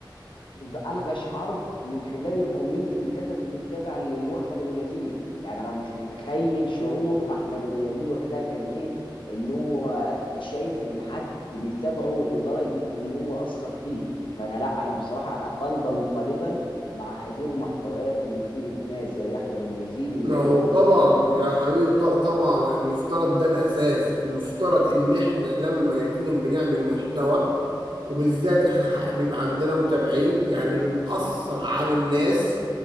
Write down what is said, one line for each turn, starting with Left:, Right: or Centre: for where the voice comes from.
Left: بس انا قشعرت من خلال الكومنت اللي كتبه متابع اللي هو احمد ابو اليزيد يعني انا مش متخيل شعور احمد ابو اليزيد وقتها كان ايه ان هو شايف انه حد بيتابعه لدرجه ان هو اثر فيه فانا لا انا بصراحه انا قلبا وقالبا مع هذه المحتويات اللي بتفيد الناس زي احمد ابو اليزيد وزي
Right: ما هو
Left: امثاله
Right: طبعا
Left: غير
Right: يا حبيبي ط- طبعا المفترض ده الأساس المفترض إن إحنا لما يكون بنعمل محتوى وبالذات إحنا ح- بيبقى عندنا متابعين يعني بنأثر على الناس